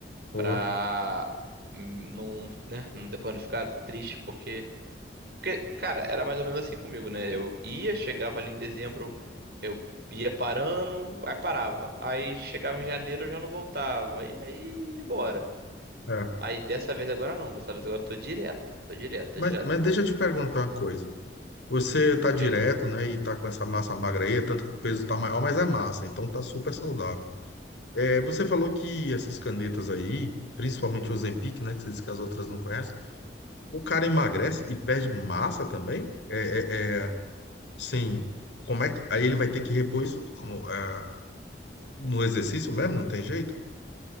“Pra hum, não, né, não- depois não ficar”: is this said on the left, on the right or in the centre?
Right